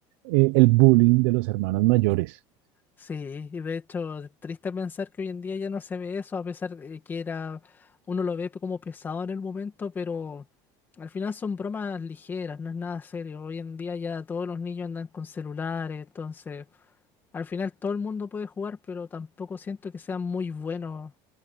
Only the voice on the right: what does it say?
eh, el bullying de los hermanos mayores.